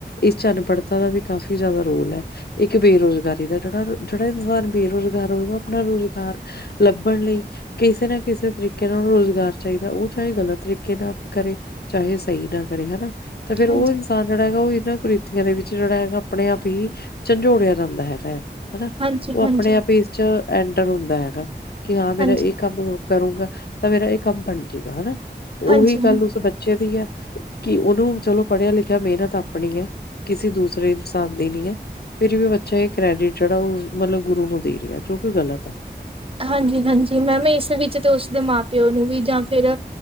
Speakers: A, on the left (about 65°); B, on the right (about 30°).
A: ਇਸ ਚ ਅਨਪੜ੍ਹਤਾ ਦਾ ਵੀ ਕਾਫ਼ੀ ਜਾਦਾ ਰੋਲ ਐ। ਇੱਕ ਬੇਰੋਜ਼ਗਾਰੀ ਦਾ ਜੇੜਾ-ਜੇੜਾ ਇਨਸਾਨ ਬੇਰੋਜਗਾਰ ਹੋਵੇਗਾ ਓ ਆਪਣਾ ਰੋਜ਼ ਗਾਰ ਲੱਭਣ ਲਈ ਕਿਸੇ ਨਾ ਕਿਸੇ ਤਰੀਕੇ ਨਾਲ ਓਨੂੰ ਰੋਜ਼ਗਾਰ ਚਾਈਦੈ ਓ ਚਾਏ ਗ਼ਲਤ ਤਰੀਕੇ ਨਾਲ ਕਰੇ ਚਾਹੇ ਸਈ ਨਾ ਕਰੇ, ਹੈਨਾ। ਤਾਂ ਫੇਰ
B: ਹਾਂਜੀ
A: ਓ ਇਨਸਾਨ ਜੇੜਾ ਹੈਗਾ ਓ ਏਨਾਂ ਕੁ੍ਰਿਤੀਆਂ ਦੇ ਵਿੱਚ ਜੇੜਾ ਹੈਗਾ ਅਪਣੇ ਆਪ ਈ ਝੰਜੋੜਿਆ ਜਾਂਦਾ ਹੈਗਾ ਆ। ਹੈਨਾ,
B: ਹਾਂਜੀ
A: ਓ
B: ਹਾਂਜੀ
A: ਅਪਣੇ ਆਪ ਇਸ ਚ ਐਂਟਰ ਹੁੰਦਾ ਹੈਗਾ ਕਿ ਹਾਂ ਮੇਰਾ
B: ਹਾਂਜੀ
A: ਏ ਕੰਮ ਰੁ ਕਰੂੰਗਾ, ਤਾਂ ਮੇਰਾ ਏ ਕੰਮ ਬਣ ਜੇਗਾ, ਹੈਨਾ ਤੇ ਓ
B: ਹਾਂਜੀ
A: ਵੀ ਕਲ
B: ਹਾਂਜੀ
A: ਉਸ ਬੱਚੇ ਬੱਚੇ ਦੀ ਐ, ਕਿ ਓਨੂੰ ਚਲੋ ਪੜ੍ਹਿਆ-ਲਿਖਿਆ ਮੇਨਤ ਆਪਣੀ ਐ। ਕਿਸੇ ਦੂਸਰੇ ਇਨਸਾਨ ਦੀ ਨੀ ਐ। ਫਿਰ ਵੀ ਬੱਚਾ ਏ ਕ੍ਰੈਡਿਟ ਜੇੜਾ ਓ ਮਤਲਬ ਗੁਰੂ ਨੂੰ ਦੇ ਰੇਆ ਜੋ ਕੀ ਗ਼ਲਤ ਐ।
B: ਹਾਂਜੀ-ਹਾਂਜੀ, ਮੈਮ ਏਸ ਵਿੱਚ ਤੇ ਓਸਦੇ ਮਾਂ-ਪਿਓ ਨੂੰ ਵੀ ਜਾਂ ਫੇਰ